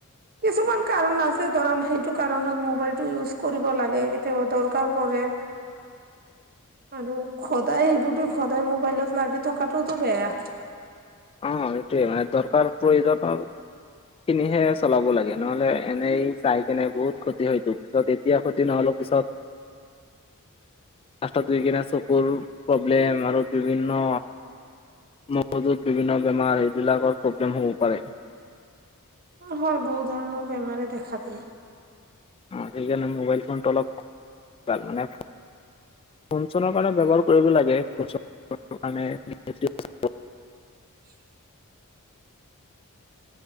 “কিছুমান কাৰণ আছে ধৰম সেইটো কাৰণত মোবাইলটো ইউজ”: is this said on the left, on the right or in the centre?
Right